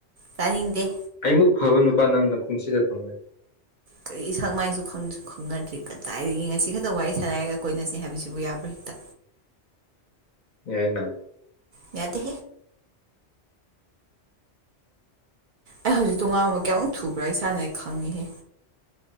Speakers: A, on the right (about 55°); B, on the left (about 50°).
A: ꯆꯥꯅꯤꯡꯗꯦ
B: ꯑꯩꯃꯨꯛ ꯐꯕ ꯅꯨꯄꯥ ꯅꯪꯅ ꯄꯨꯟꯁꯤꯗ ꯐꯪꯂꯉꯣꯏ
A: ꯀꯔꯤ ꯁꯪ ꯃꯥꯏꯁꯨ ꯈꯪꯁꯨ ꯈꯪꯅꯗ꯭ꯔꯤ ꯀꯗꯥꯏꯗꯒꯤ ꯉꯁꯤ ꯈꯛꯇ ꯋꯥꯔꯤ ꯁꯥꯟꯅꯔꯒ ꯀꯣꯏꯅꯁꯤꯦ ꯍꯥꯏꯕꯁꯤꯕꯨ ꯌꯥꯕ꯭ꯔꯥ ꯍꯦꯛꯇ
B: ꯌꯥꯏꯅ
A: ꯌꯥꯗ ꯑꯩ ꯍꯧꯖꯤꯛ ꯇꯣꯉꯥꯟꯕ ꯀꯌꯥꯃꯨꯛ ꯊꯨꯕ꯭ꯔꯥ ꯏꯁꯥꯅ ꯑꯩ ꯈꯪꯉꯤꯍꯦ